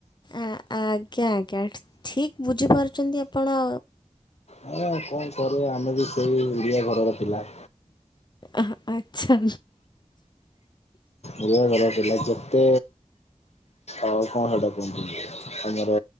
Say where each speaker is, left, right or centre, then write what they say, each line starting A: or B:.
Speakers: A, on the left (about 45°); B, on the left (about 80°).
A: ଆ-ଆଜ୍ଞା ଆଜ୍ଞା। ଠିକ୍ ବୁଝିପାରୁଛନ୍ତି ଆପଣ।
B: ଆ ଆଉ କଣ କରିବା, ଆମେ ବି ସେଇ ଓଡ଼ିଆ ଘରର ପିଲା।
A: ଆ-ଆଚ୍ଛା।
B: ଓଡ଼ିଆ ଘର ପିଲା ଯେତେ ଆଉ କଣ ସେଇଟା କୁହନ୍ତି, ଆମର